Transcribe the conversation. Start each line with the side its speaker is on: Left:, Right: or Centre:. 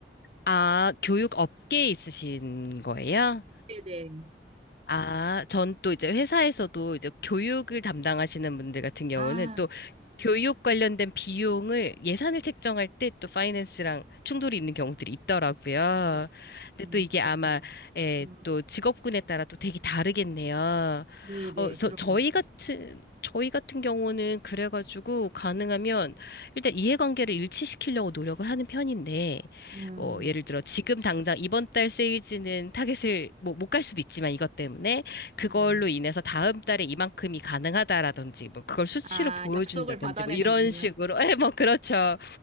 Left: 아, 교육 업계에 있으신 거예요?
Right: 네네.
Left: 아, 전 또 이제 회사에서도 이제 교육을 담당하시는 분들 같은 경우는
Right: 아,
Left: 또 교육 관련된 비용을 예산을 책정할 때 또 파이낸스랑 충돌이 있는 경우들이 있더라고요.
Right: 아,
Left: 근데
Right: 음,
Left: 또 이게
Right: 그렇군요.
Left: 아마 예,
Right: 음,
Left: 또 직업군에 따라 또 되게 다르겠네요.
Right: 네네,
Left: 어, 저,
Right: 그럴
Left: 저희
Right: 것 같아요.
Left: 같은 저희 같은 경우는 그래가지고 가능하면 일단 이해관계를 일치시키려고 노력을 하는 편인데
Right: 음,
Left: 뭐 예를 들어 지금 당장 이번 달 세일즈는 타겟을 뭐 못 갈 수도 있지만 이것 때문에 그걸로
Right: 네.
Left: 인해서 다음 달에 이만큼이 가능하다라든지 뭐 그걸 수치로
Right: 아,
Left: 보여준다든지
Right: 약속을 받아내는군요.
Left: 뭐 이런 식으로 <laughs> 예, 뭐 그렇죠.